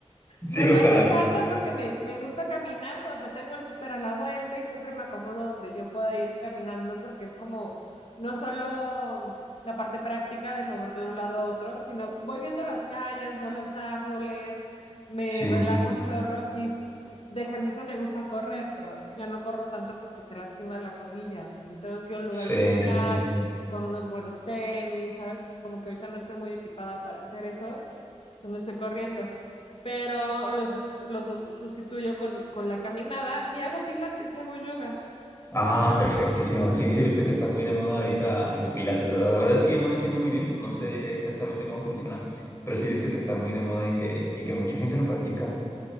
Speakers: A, on the left (about 25°); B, on the left (about 60°).
A: Sí,
B: no me
A: ojalá.
B: hace falta porque me, me gusta caminar, o sea, tengo el súper a la vuelta y siempre me acomodo donde yo pueda ir caminando porque es como no solo la parte práctica de moverte de un lado a otro, sino voy viendo las calles, veo los árboles, me
A: Sí,
B: relajo un chorro y de ejercicio me gusta correr, pero ya no corro tanto porque te lastiman las rodillas, entonces tengo que ir a un lugar
A: sí,
B: especial,
A: sí, sí.
B: con unos buenos tenis, ¿sabes? Pues como que ahorita no estoy muy equipada para hacer eso entonces no estoy corriendo, pero los, los sustituyo con, con la caminada y hago pilates y hago yoga.
A: Ah, perfectísimo. Sí, sí, he visto que está muy de moda ahorita el Pilates, ¿verdad? La verdad es que yo no lo entiendo muy bien, no sé exactamente cómo funciona, pero sí he visto que está muy de moda y que, y que mucha gente lo practica.